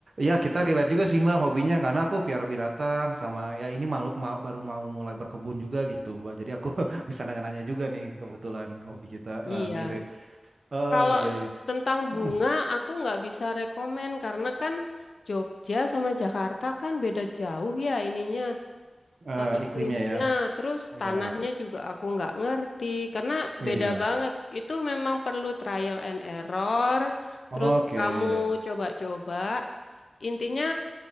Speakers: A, on the right (about 70°); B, on the left (about 80°).
A: Ya kita relate juga sih Mbak hobinya karena aku piara binatang sama ya ini malu, ma- baru mau mulai berkebun juga gitu, Mbak. Jadi aku <laughs> bisa nanya-nanya juga nih kebetulan hobi kita
B: iya.
A: eh, mirip. Oh,
B: Kalau
A: iya,
B: s-
A: iya.
B: tentang bunga,
A: Mm,
B: aku nggak bisa rekomen karena kan Jogja sama Jakarta kan beda jauh ya ininya
A: eh,
B: eh, iklimnya,
A: iklimnya ya.
B: terus
A: Iya,
B: tanahnya juga aku nggak ngerti karena
A: iya.
B: beda banget. Itu memang perlu trial and error, terus
A: Oke,
B: kamu
A: iya ya.
B: coba-coba. Intinya